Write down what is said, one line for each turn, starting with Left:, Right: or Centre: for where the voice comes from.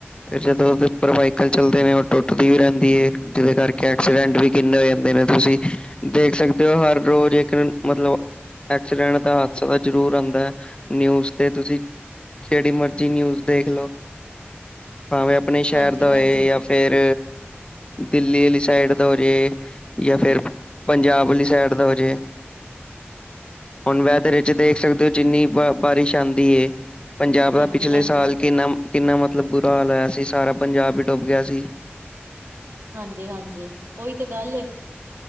Left: ਫਿਰ ਜਦੋਂ ਉਦੇ ਉੱਪਰ ਵਾਈਕਲ ਚੱਲਦੇ ਨੇ, ਉਹ ਟੁੱਟਦੀ ਵੀ ਰੈਂਦੀ ਏ, ਜਿਦੇ ਕਰਕੇ ਐਕਸੀਡੈਂਟ ਵੀ ਕਿੰਨੇ ਹੋ ਜਾਂਦੇ ਨੇ ਤੁਸੀਂ, ਦੇਖ ਸਕਦੇ ਓ, ਹਰ ਰੋਜ਼ ਇੱਕ ਮਤਲਬ ਐਕਸੀਡੈਂਟ ਦਾ ਹਾਦਸਾ ਤਾਂ ਜ਼ਰੂਰ ਆਂਦਾ। ਹੈ, ਨਿਊਜ਼ 'ਤੇ ਤੁਸੀਂ, ਜੇੜੀ ਮਰਜ਼ੀ ਨਿਊਜ਼ ਦੇਖ ਲਓ। ਭਾਵੇਂ ਅਪਨੇ ਸ਼ੈਰ
Right: ਹਾਂਜੀ
Left: ਦਾ ਹੋਏ
Right: ਹਾਂਜੀ
Left: ਜਾਂ ਫਿਰ ਦਿੱਲੀ ਆਲੀ ਸਾਈਡ ਦਾ ਹੋਜੇ ਯਾ ਫਿਰ ਪੰਜਾਬ ਆਲੀ ਸਾਈਡ ਦਾ ਹੋ ਜੇ। ਹੁਨ ਵੈਦਰ 'ਚ ਦੇਖ ਸਕਦੇ ਓ? ਕਿ ਬਾਰਿਸ਼ ਆਂਦੀ ਏ, ਪੰਜਾਬ ਦਾ
Right: ਹਾਂਜੀ
Left: ਪਿਛਲੇ
Right: ਹਾਂਜੀ
Left: ਸਾਲ ਕਿੰਨਾ-ਕਿੰਨਾ ਮਤਲਬ ਬੁਰਾ ਹਾਲ ਹੋਇਆ ਸੀ, ਸਾਰਾ ਪੰਜਾਬ ਈ ਡੁੱਬ ਗਿਆ ਸੀ।
Right: ਹਾਂਜੀ-ਹਾਂਜੀ, ਓਈ 'ਤੇ ਗੱਲ ਏ।